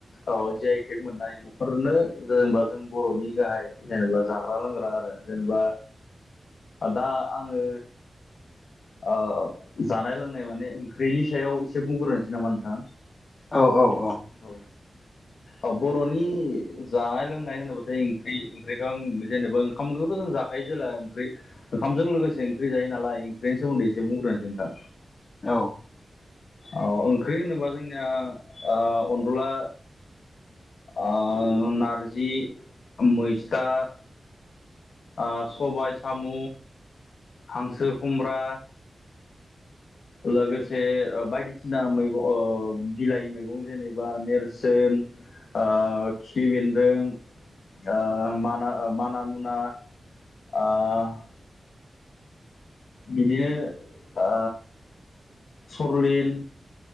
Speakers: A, on the left (about 80°); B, on the left (about 45°).
A: औ जिआइ टेग मोननाय बेफोरनो जेनेबा जों बर'नि गाहाय जेनेबा जाग्रा लोंग्रा आरो जेनेबा दा आङो ओ जानाय लों नाय माने ओंख्रिनि सायाव एसे बुंग्रोनोसै नामा नोंथां
B: औ औ औ
A: औ औ बर'नि जानाय लोंनाय होनोब्लाथाय ओंख्रि ओंख्रिखौ आं जेनेबा ओंखामखौथ' जों जाखायो जेला ओंख्रि ओंखामजों लोगोसे ओंख्रि जायो नालाय ओंख्रिनि सोमोन्दैसे बुंग्रोनोसै नोंथां
B: औ
A: औ ओंख्रि होनोबा जोंनिया ओ अनला ओ नारजि, मैस्था ओ सबाय साम' हांसो खुमब्रा लोगोसे बायदिसिना मैगं बिलाइ मैगं जेनेबा नेरसोन ओ खिफि बेन्दों, ओ माना माना मुना ओ बिदिनो ओ सरलिन